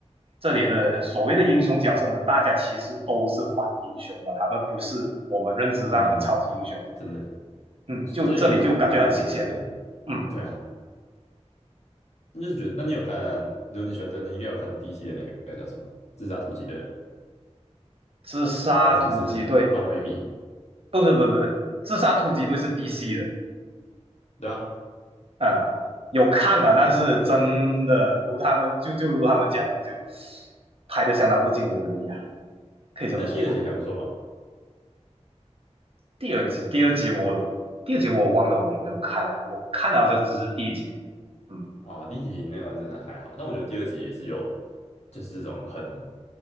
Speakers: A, on the right (about 55°); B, on the left (about 65°).
A: 这里的所谓的英雄角色们，大家其实都是反英雄嘛，他们不是我们认知上的超级英雄。
B: 嗯，真的
A: 嗯，
B: 是在一个很模糊的，
A: 就这里就感觉很新鲜的，嗯，
B: 对啊，那就是觉得，那你有看，如果你喜欢这样，你应该有看 DC 的那个叫什么《自杀突击队》吧？
A: 自杀突击队，
B: 还是你是漫威迷？
A: 不不不不不，自杀突击队是 DC 的
B: 对啊，
A: 啊、嗯有看了，但是真的如他们就就如他们讲的，就拍的相当不尽如人意啊，可以这么说吧。
B: 但第二集还不错吧？
A: 第二集，第二集我第二集我忘了我有没有看了，我看了好像只是第一集。嗯
B: 哦，第一集那个真的还好，但我觉得第二集也是有，就是这种很